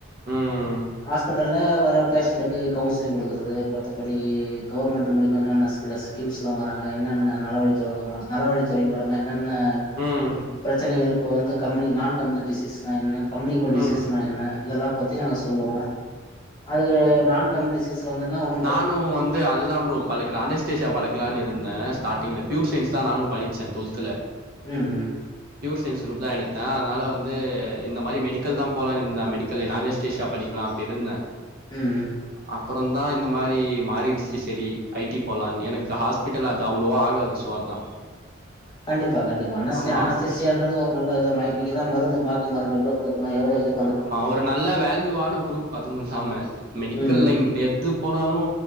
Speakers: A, on the right; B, on the left.
A: ம்
B: ஹாஸ்பிட்டல்ல வர பேஷண்டக்கு கவுன்சிலிங் குடுக்கறது மத்தபடி கவர்மெண்ட் மூலியமா என்னென்ன் ஸ்கில்லஸ் ஸ்கில்ஸ்ல வராங்க என்னென்ன நல வழித்துறை நலவழித்துறை மூல <unintelligible> என்னென்ன
A: ம்
B: பிரச்சனைகள் இப்ப வந்து கம்னி நான்கு கம்னோடிசிஸ்னா என்ன கம்னிக்கோல்
A: ம்
B: டிசீஸ்னா
A: ம்
B: என்ன இதெல்லா பத்தி நாங்க சொல்லுவோ அதுக்கு நான் கம்டிசீஸ் வந்துன்ன ஒன்
A: நானு வந்து அ இதுதா ப்ரோ படிக்கல அனஸ்டேஷா படிக்கலானு இருந்த ஸ்டார்டிங்ல பியூர்சயன்ஸ் தா நானு படிச்ச டுவெத்ல
B: ம் ம்
A: பியூர் சயின்ஸ் குரூப் தா எடுத்த அதனால வந்து இந்தமாரி மெடிக்கல் தா போலான்னு இருந்த அனஸ்டேஷியா படிக் நா அப்ப இருந்த
B: ம் ம்
A: அப்புரோந்தா இந்த மாரி மாறிச்சி செரி ஐ டி போலான்னு எனக்கு ஹாஸ்பிட்டல் அது அவ்ளோவா ஆகாது ஸோ அத்தா
B: கண்டிப்பா கண்டிப்பா அனஸ்தி
A: ஆமாம்
B: அனஸ்தேதிஷியான்றது ஒரு நல்லதமா இன்னைக்குதான் மருந்து மாத்து மருந்து எவ்ளோ கொடு எவ்ளோ இருக்
A: ஆமா ஒரு நல்ல வேல்யூவான குரூப் அதுவுமில்லாம மெடிக்கல்
B: ம்
A: லைன் எது போனாலு